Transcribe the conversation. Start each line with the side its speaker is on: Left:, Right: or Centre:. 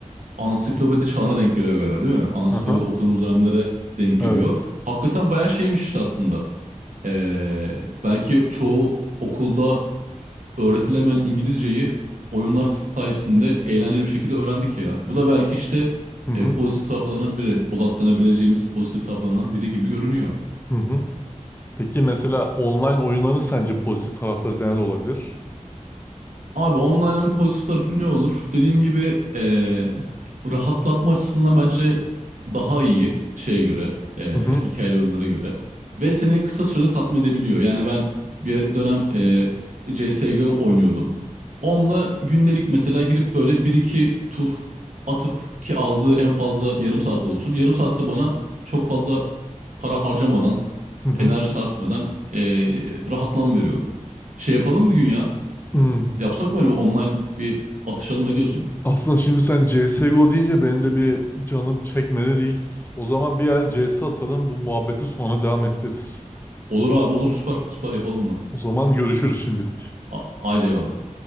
Right: ansiklopedi çağına denk geliyor galiba değil mi? Ansiklopedi
Left: Hı
Right: okuduğumuz dönemlere denk geliyor.
Left: Evet.
Right: Hakikaten bayağı şeymiş işte aslında. Eee, belki çoğu okulda öğretilemeyen İngilizceyi oyunlar sayesinde eğlenceli bir şekilde öğrendik ya. Bu da belki işte
Left: Hı
Right: e,
Left: hı.
Right: pozitif taraflarından biri, odaklanabileceğimiz pozitif taraflarından biri gibi görünüyor.
Left: Hı hı. Peki mesela online oyunların sence pozitif tarafları neler olabilir?
Right: Abi online'ın pozitif tarafı ne olur? Dediğim gibi eee, rahatlatma açısından bence daha iyi şeye göre, eee
Left: Hı hı
Right: hikayeli oyunlara göre. Ve seni kısa sürede tatmin edebiliyor. Yani ben bir dönem eee CSGO oynuyordum. Onunla gündelik mesela girip böyle bir iki tur atıp ki aldığı en fazla yarım saat olsun. Yarım saatte bana çok fazla para harcamadan,
Left: hı hı.
Right: enerji sarf etmeden eee rahatlam veriyordu. Şey yapalım bir gün ya.
Left: Hmm.
Right: Yapsak mı öyle bir online bir atışalım ne diyorsun?
Left: Aslında şimdi sen CSGO deyince benim de bir canım çekmedi değil. O zaman bir el CS atalım bu muhabbeti sonra devam ettiririz.
Right: Olur abi olur süper süper yapalım bunu.
Left: O zaman görüşürüz şimdilik.
Right: A- Haydi eyvallah.